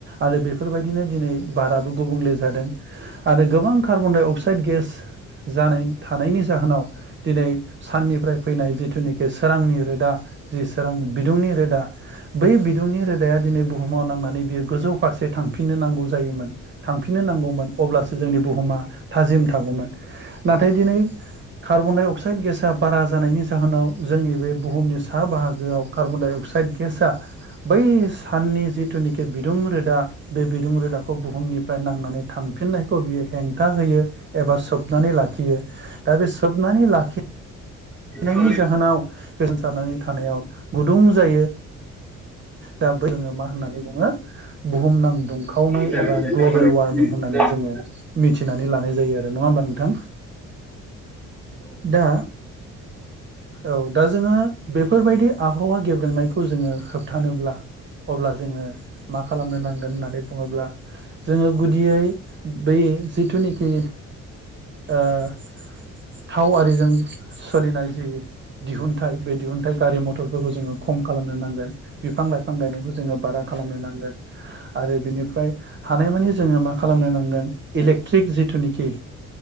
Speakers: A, on the right (about 40°); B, in the centre.
A: आरो बे बेफोर बिदिनो दिनै बाराबो गुबुंले जादों। आरो गोबां कार्बन डाइ अक्साइड गेस जानाय थानायनि जाहोनाव दिनै साननिफ्राय फैनाय जिथुनिखि सोरांनि रोदा जि सोरां बिदुंनि रोदा बै बिदुंनि रोदाया दिनै बुहुमाव नांनानै बियो गोजौ फारसे थां फिननो नांगौ जायोमोन थांफिननो नांगौमोन अब्लासो जोंनि बुहुमा थाजिम थागौमोन नाथाय दिनै कार्बन डाइ अक्साइड गेसा बारा जानायनि जाहोनाव जोंनि बे बुहुमनि सा बाहागोआव कार्बन डाइ अक्साइड गेसआ बै साननि जिथु नि बिदुं रोदा। बे बिदुं रोदाखौ बुहुमनिफ्राय नांनानै थांफिननायखौ बियो हेंथा होयो। एबा सोबनानै लाखियो। दा बे सोबनानै लाखि
B: नंगौ औ
A: नायनि
B: औ
A: जाहोनाव गोजो थानायाव गुदुं जायो दा जोङो मा होननानै बुङो बुहुमनां दुंखावनाय
B: औ
A: एबा ग्लबेल वारमिं होननानै जोङो मिथिनानै लानाय जायो आरो नङा होमबा नोंथां दा औ दा जोङो बेफोर बायदि आबहावा गेब्रेंनायखौ जोङो होबथानोब्ला अब्ला जोङो मा खालामनो नांगोन होननानै बुङोब्ला जोङो गुदियै बै जिथुनिखि थाव आरिजों सोलिनाय जि दिहुनथाइ बे दिहुनथाइ गारि मथरफोरखौ जोङो खम खालामनो नांगोन बिफां लाइफां बिफां गायनायखौ जोङो बारा खालामनो नांगोन आरो बिनिफ्राय हानायमानि जोङो मा खालामनो नांगोन इलेकट्रिक जिथुनिखि